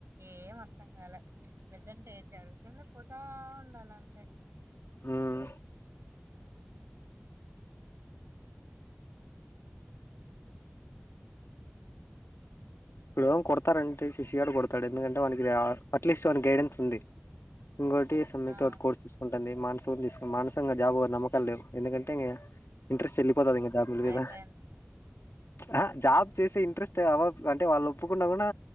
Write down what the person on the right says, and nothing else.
ఏం అర్థంగాల ప్రజెంట్ ఏద్ జరుగుతుందో, పోతా ఉండాల అంతే
ఉమ్ ఉహ్మ్ ఉహ్
ఆ
అయిపోయింది